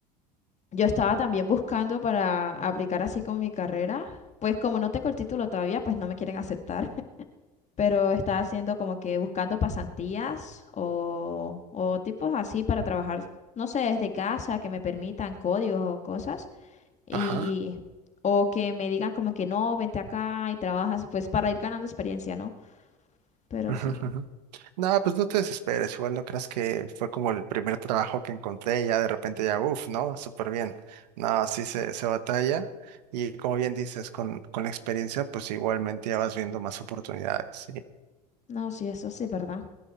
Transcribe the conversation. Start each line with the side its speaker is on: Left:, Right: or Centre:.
Left: Yo estaba también buscando para aplicar así con mi carrera. Pues como no tengo el título todavía, pues no me quieren aceptar. <laughs> Pero estaba haciendo como que buscando pasantías o, o tipos así para trabajar, no sé, desde casa, que me permitan códigos o cosas. Y,
Right: ajá.
Left: y- o que me digan como que no, vente acá y trabajas, pues para ir ganando experiencia, ¿no? Pero
Right: Ujú,
Left: sí,
Right: ujú. No, pues no te desesperes, igual no creas que fue como el primer trabajo que encontré y ya de repente ya, uff, ¿no? Súper bien. No, sí se, se batalla y como bien dices, con, con la experiencia, pues igualmente ya vas viendo más oportunidades.
Left: no, sí, eso sí, ¿verdad?